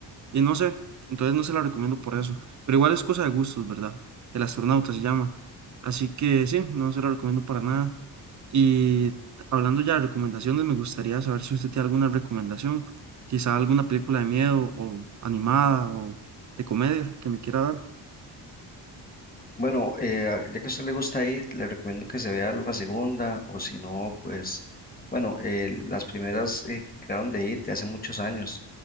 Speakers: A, on the right (about 40°); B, on the left (about 20°).
A: y no sé, entonces no se la recomiendo por eso. Pero igual es cosa de gustos, ¿verdad? El astronauta se llama. Así que sí, no se la recomiendo para nada. Y hablando ya de recomendaciones, me gustaría saber si usted tiene alguna recomendación, quizá alguna película de miedo o animada o de comedia que me quiera dar.
B: Bueno, eh, ya que a usted le gusta ir, le recomiendo que se vea la segunda, o si no, pues, bueno, eh, las primeras eh, que crearon de IT hace muchos años,